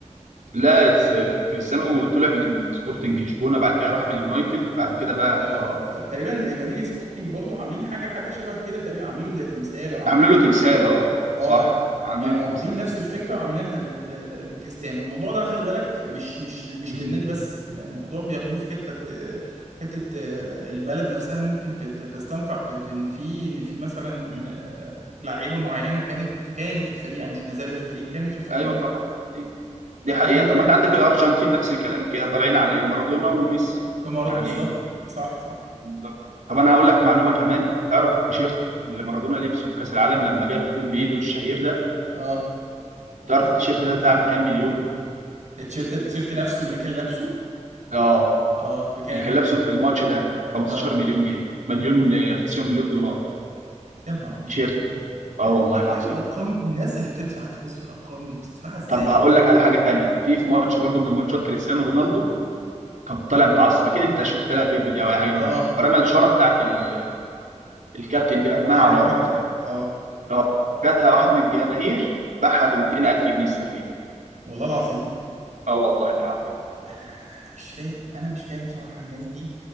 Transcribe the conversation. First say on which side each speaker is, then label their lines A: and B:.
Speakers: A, on the right; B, on the right.
A: لا س- كريستيانو طلع من سبورتنج لشبونة بعد كده راح اليونايتد بعد كده بقى
B: اه
A: اه
B: فتقريبا مدينة سبورتنج برضو عاملين حاجة حاجة شبه كده تقريبا عاملين له زي تمثال او عاملين
A: عملوا
B: له
A: له تمثال اه
B: اه
A: صح عملوا
B: يعني واخدين
A: له تمثال
B: نفس الفكرة وعاملينها ل- ل- ل- لكريستيانو الموضوع ده خلي بالك مش مش مش
A: مم.
B: للنادي بس يعني الموضوع بياخدوه في حتة حتة آه، البلد نفسها ممكن ت- ت- تستنفع ب- بان في ان في مثلا
A: مم.
B: آه، لعيبة معينة كانت في الف... كانت في الفريق يعني مش ما زالت في الفريق كانت في الفريق
A: ايوه طبعا أيوة. دي
B: فانت
A: حقيقة
B: خلي بالك
A: طب ما انت عندك الأرجنتين نفس الكلام كده طالعين على مارادونا وميسي
B: امارات
A: يعني
B: بالظبط صح صح
A: بالظبط طب انا هقول لك معلومه كمان تعرف التيشيرت اللي مارادونا لبسه في كاس العالم لما جاب الجون بايده الشهير ده
B: اه
A: تعرف التيشيرت ده اتباع بكام مليون
B: التيشيرت التيشيرت نفسه اللي كان لابسه
A: اه
B: اه بكام
A: اللي كان لابسه في الماتش ده 15
B: اه
A: مليون جنيه مليون آه، 15 مليون دولار
B: يا نهار ابيض
A: تيشيرت اه
B: انا
A: والله
B: مش
A: العظيم
B: فاهم الارقام دي، الناس اللي بتدفع فلوس في الارقام دي بتدفعها ازاي
A: طب هقول لك على
B: دي
A: حاجه تانية في في ماتش برضه من الماتشات كريستيانو رونالدو كان طالع متعصب اكيد انت شفت لها فيديو دي او اي حاجه
B: اه
A: من دي فرمى الشاره بتاعت ال- الكابتن دي رماها
B: بتاعت
A: على
B: الكابتن
A: الارض
B: اه
A: اه خدها واحد من الجماهير باعها ب 200000 جنيه استرليني
B: والله العظيم
A: اه والله العظيم
B: انا انا مش فاهم انا مش فاهم بصراحه الناس دي